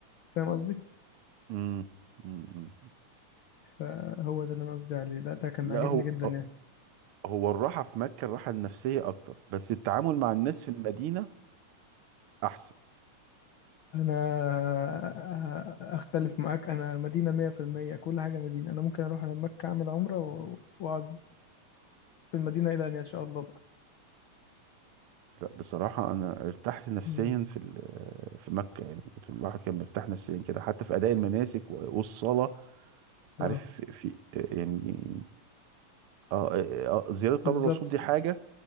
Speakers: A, on the left; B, on the right.
A: فاهم قصدي؟
B: مم. مم. مم.
A: فهو ده اللي انا قصدي عليه ده ده كان
B: لا
A: عاجبني
B: هو
A: جدا
B: آه.
A: يعني
B: هو الراحة في مكة الراحة النفسية أكتر بس التعامل مع الناس في المدينة أحسن
A: انا آه، اختلف معاك انا مدينة مية في المية كل حاجة مدينة انا ممكن اروح على مكة اعمل عمرة و- واقعد في المدينة الى ان يشاء الله بقى
B: لا بصراحة أنا ارتحت نفسيا
A: مم.
B: في ال- في مكة يعني كنت الواحد كان مرتاح نفسيا كده حتى في أداء المناسك و- والصلاة
A: اه
B: عارف في يعني آه آه، آه، آه، زيارة قبر
A: بالظبط
B: الرسول دي حاجة